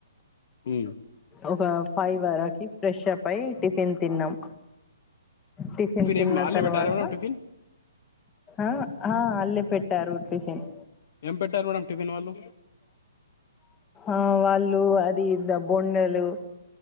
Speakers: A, on the left; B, on the left.
A: ఉ
B: ఒక ఫైవ్ వరకి ఫ్రెష్ప్ అయి టిఫిన్ తిన్నాం టిఫిన్ తిన్న
A: ఏం వాళ్ళే
B: తర్వాత
A: పెట్టారా మేడం టిఫిన్
B: ఆ ఆ అలే పెట్టారు టిఫిన్
A: ఏం పెట్టారు మేడం టిఫిన్ వాళ్ళు
B: ఆ వాళ్ళు అది బొండలు